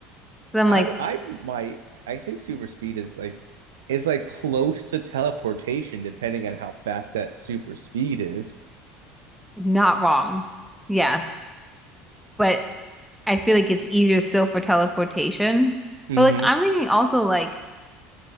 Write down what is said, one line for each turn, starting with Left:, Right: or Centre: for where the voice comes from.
Centre: So I'm
Right: I
Centre: like
Right: I might I think super speed is like is like close to teleportation, depending on how fast that super speed is.
Centre: not wrong. Yes, but I feel like it's easier still for teleportation.
Right: Mm-hmm.
Centre: But like I'm thinking also like